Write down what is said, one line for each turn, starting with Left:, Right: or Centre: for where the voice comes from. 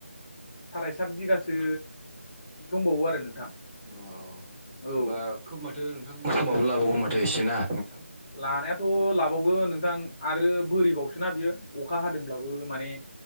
Left: साराय सात बिगासो दंबावो आरो नोंथां
Right: अ होमबा
Left: औ
Right: खोब माथो नोंथां खस्थमाबो लाबावगोन माथो एसेना नोंथां
Left: लानायाथ' लाबावगोन नोंथां आरो बोरिबावसोोना बियो अखा हादोंब्लाबो माने